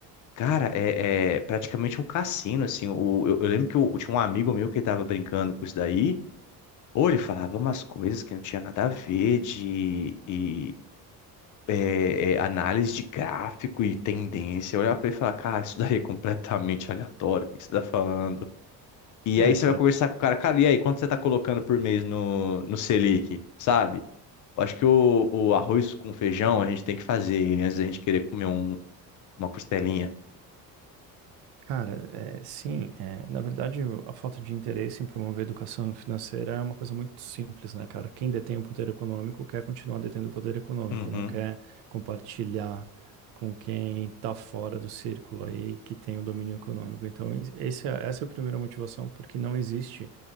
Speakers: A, on the left (about 50°); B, on the right (about 75°).
A: cara, é, é praticamente um cassino, assim. O, eu, eu lembro que eu, eu tinha um amigo meu que estava brincando com isso daí, ou ele falava umas coisas que não tinha nada a ver de e, é, é, análise de gráfico e tendência. Eu olhava pra ele e falava, cara, isso daí é completamente aleatório, o que você tá falando? E
B: é,
A: aí você
B: cara,
A: vai conversar com o cara, cara, e aí, quanto você tá colocando por mês no, no Selic, sabe? Eu acho que o, o arroz com feijão a gente tem que fazer antes da gente querer comer um- uma costelinha.
B: Cara, é, sim, é, na verdade o- a falta de interesse em promover educação financeira é uma coisa muito simples, né, cara? Quem detém o poder econômico quer continuar detendo o poder econômico,
A: Uhum.
B: não quer compartilhar com quem tá fora do círculo aí que tem o domínio econômico. Então, es- esse é- essa é a primeira motivação, porque não existe